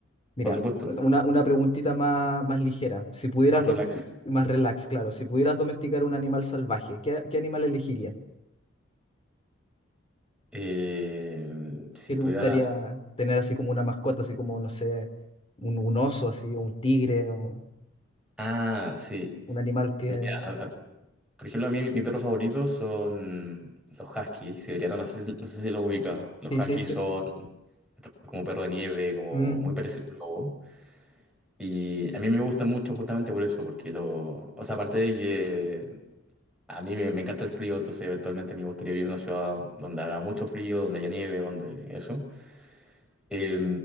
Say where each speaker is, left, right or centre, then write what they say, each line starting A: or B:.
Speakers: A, on the left; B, in the centre.
A: Mira,
B: por supuesto,
A: una, una preguntita más, más ligera. Si pudieras,
B: más relax.
A: dos, más relax, claro, si pudieras domesticar un animal salvaje, ¿qué, qué animal elegirías?
B: Eh, si
A: ¿Qué
B: pudiera.
A: te gustaría tener así como una mascota, así como, no sé, un, un oso, así, o un tigre, o
B: Ah, sí.
A: un animal que...
B: Mira, a- a- por ejemplo, a mí mi perro favorito son los huskies siberianos. No sé, si- no sé si los ubicas. Los
A: Sí,
B: huskies
A: sí, sí.
B: son como perro de nieve, como
A: Mm,
B: muy parecido al lobo. Y a mí me gustan mucho justamente por eso, porque lo. O sea, aparte de que a mí me, me encanta el frío, entonces eventualmente me gustaría vivir en una ciudad donde haga mucho frío, donde haya nieve, donde eso. Eh,